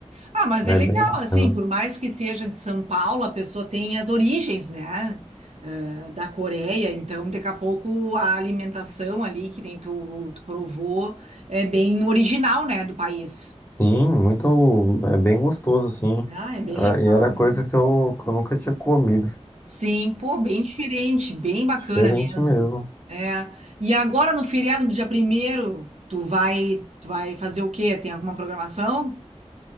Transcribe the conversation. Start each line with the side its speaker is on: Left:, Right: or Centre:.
Right: Ah, mas
Left: É
Right: é legal,
Left: bem bacana.
Right: assim, por mais que seja de São Paulo, a pessoa tem as origens, né? eh, da Coreia, então daqui a pouco a alimentação ali, que nem tu, tu provou, é bem original, né, do país.
Left: Sim, muito, é bem gostoso, assim.
Right: Ah, é bem
Left: Era-
Right: legal,
Left: E era coisa
Right: né?
Left: que eu, que eu nunca tinha comido.
Right: Sim, pô, bem diferente, bem bacana
Left: Diferente
Right: mesmo.
Left: mesmo.
Right: É. E agora no feriado do dia primeiro, tu vai, tu vai fazer o quê? Tem alguma programação?